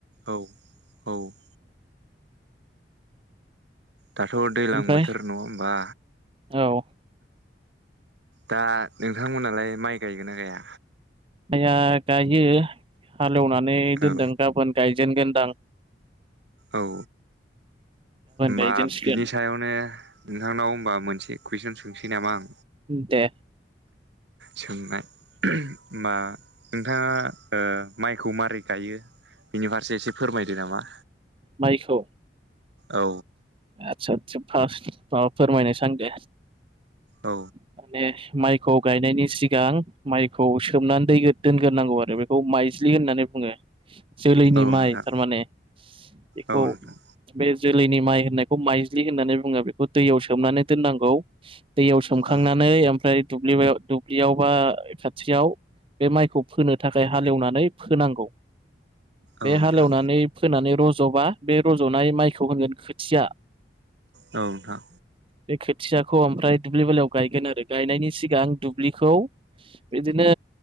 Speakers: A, on the right; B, on the right.
A: औ औ दाथ' दैलां
B: ओमफ्राय
A: बोथोर नङा होमबा
B: औ
A: दा नोंथांमोनहालाय माइ गायगोन ना गाया
B: आइया गायो हालेवनानै
A: औ
B: दोनदों गाबोन गाय जेनगोनदां
A: औ। होमबा
B: गायजेनसिगोन
A: बिनि सायावनो नोंथांनाव होनबा मोनसे कुइसन सोंसै नामा आं?
B: दे।
A: सोंनाय होमबा नोंथाङा ओ माइखौ मारै गायो? बिनि फारसे एसे फोरमायदो नामा।
B: माइखौ
A: औ
B: <unintelligible> पास माबा फोरमायनो सान दे
A: औ
B: माने <unintelligible> माइखौ गायनायनि सिगां माइखौ सोमनानै दोनग्रोनांगौ आरो बेखौ माइ ज्लि होननानै बुङो जोलैनि
A: औ
B: माइ
A: नोंथां
B: थारमाने बेखौ
A: औ नोंथां
B: बे जोलैनि माइ होननायखौ माइज्लि होननानै बुङो बेखौ दैयाव सोमनानै दोननांगौ दैयाव सोमखांनानै
A: औ
B: ओमफ्राय दुब्लि दुब्लियाव बा खाथियाव बे माइखौ फोनो थाखाय हालेवनानै फोनांगौ बे
A: औ नोंथां
B: हालेवनानै फोनानै रज रज'बा बे रज'नाय माइखौ होनगोन खोथिया
A: औ नोंथां
B: बे खोथियाखौ ओमफ्राय दुब्लि बालियाव गायगोन आरो गायनायनि सिगां आं दुब्लिखौ बिदिनो